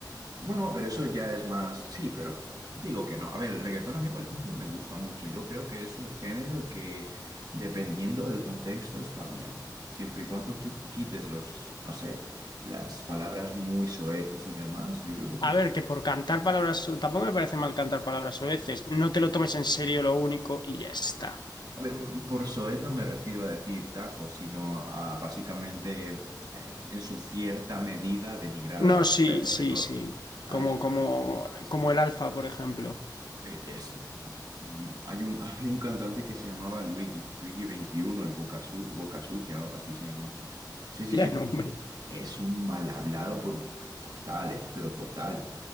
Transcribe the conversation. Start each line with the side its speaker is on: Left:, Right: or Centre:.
Right: Bueno, pero eso ya es más, sí, pero no te digo que no. A ver, el reggaetón a mí, por ejemplo, me gusta mucho. Yo creo que es un género que, dependiendo del contexto, está bien. Siempre y cuando qui- quites los, no sé, las palabras muy soeces y demás, yo creo que todo
Left: A ver, que por cantar palabras, tampoco me parece mal cantar palabras veces. No te lo tomes en serio lo único y ya está.
Right: A ver, por soez no me refiero a decir tacos, sino a básicamente, eh, en su cierta medida, denigrar
Left: No,
Right: a la
Left: sí,
Right: mujer,
Left: sí,
Right: sobre todo.
Left: sí.
Right: A
Left: Como,
Right: eso
Left: como,
Right: me refiero, ¿sabes?
Left: como el Alfa, por ejemplo.
Right: E- ese. uf. Mm, Hay un, había un cantante que se llamaba Luigi, Luigi 21, el Boca, Su- Boca Sucia, algo así se llamaba. Sí, sí,
Left: <laughs> Ya
Right: sí.
Left: no, hombre.
Right: Es un mal hablado por total, eh, pero total.